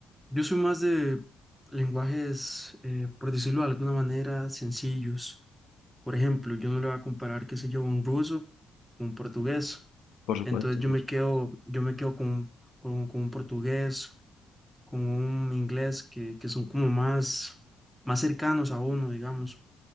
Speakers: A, in the centre; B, on the left (about 80°).
A: yo soy más de lenguajes, eh, por decirlo de alguna manera, sencillos. Por ejemplo, yo no le voy a comparar, qué sé yo, un ruso con un portugués.
B: Por supuesto.
A: Entonces yo
B: sí.
A: me quedo, yo me quedo con, con, con un portugués, con un inglés que, que son como más, más cercanos a uno, digamos.